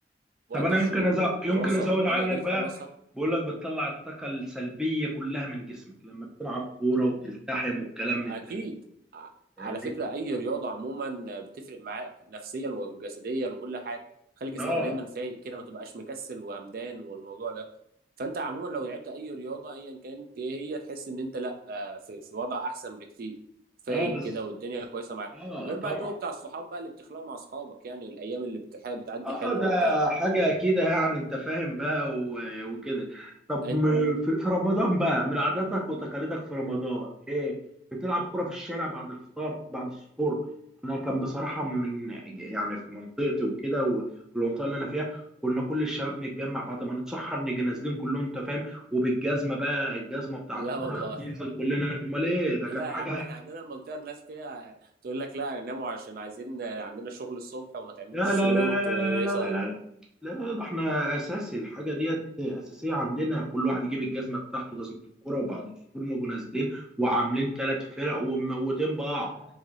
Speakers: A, on the right; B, in the centre.
A: وقت
B: طب انا
A: الشغل
B: يمكن أزود
A: والدراسه
B: يمكن ازود
A: والدنيا
B: عنك
A: دي
B: بقى
A: تخلصها
B: بقول لك بتطلع الطاقه السلبيه كلها من جسمك لما بتلعب كوره وتلتحم والكلام
A: اكيد
B: من ده
A: ع-
B: فاهمني
A: على فكره اي رياضه عموما بتفرق معاك نفسيا وجسديا وكل حاجه خلي جسمك
B: اه
A: دايما فايق كده ما تبقاش مكسل وهمدان والموضوع ده فانت عموما لو لعبت اي رياضه ايا كانت ايه هي تحس ان انت لا آه، في في وضع احسن بكتير فايق
B: اه بس
A: كده والدنيا كويسه معاك
B: اه
A: غير
B: طبعا
A: بقى الجو بتاع الصحاب بقى اللي بتخلقه مع اصحابك يعني الايام اللي بتح- بتعدي
B: اه
A: حلوه
B: ده
A: وبتاع
B: حاجة كده يعني انت فاهم بقى و- وكده طب
A: انت
B: م- في في رمضان بقى من عاداتك وتقاليدك في رمضان ايه بتلعب كرة في الشارع بعد الفطار بعد السحور انا كان بصراحة من يعني في منطقتي وكده و- والمنطقة اللي انا فيها كنا كل الشباب نتجمع بعد ما نتسحر نيجي نازلين كلهم انت فاهم وبالجزمة بقى الجزمة بتاعت
A: لا
B: الكورة
A: والله
B: ننزل كلنا امال ايه ده
A: لا
B: كانت حاجة
A: يا عم احنا عندنا المنطقة الناس فيها تقول لك لا ناموا عشان عايزين عندنا شغل الصبح وما تعملوش
B: لا لا
A: صوت
B: لا لا لا
A: والقصة
B: لا لا لا لا لا
A: دي
B: لا لا ده احنا اساسي الحاجه ديت اساسيه عندنا كل واحد يجيب الجزمه بتاعته جزمه الكوره وبعض السحور نجوا نازلين وعاملين ثلاث فرق ومموتين بعض